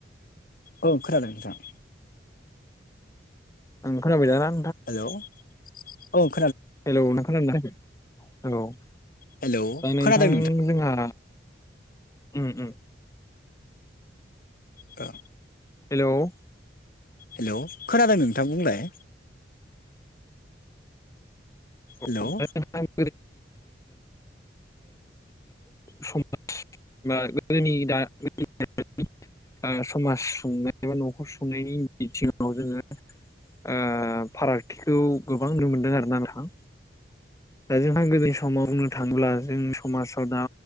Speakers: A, on the left; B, on the left.
A: ओ औ खोनादों नोंथां।
B: ओं खोनबाय दाना।
A: हेल' औ।
B: हेल' नों खोनादों ना खोनायाखै हेल'
A: हेलौ
B: दा नोंथां
A: खोनादों
B: जोंहा उम उम।
A: दा
B: हेल'?
A: हेल' खोनादों नोंथां बुंलाय।
B: <unintelligible>
A: हेलौ
B: <unintelligible> समाज मा गोदोनि दा <unintelligible> ओ समाज सुंनाय बा न'खर सुंनायनि बिथिङाव जोङो ओ फारागथिखौ गोबां नुनो मोनदों आरोना नोंथां। दा जोंहा गोदोनि समाव बुंनो थाङोब्ला जों समाजाव दा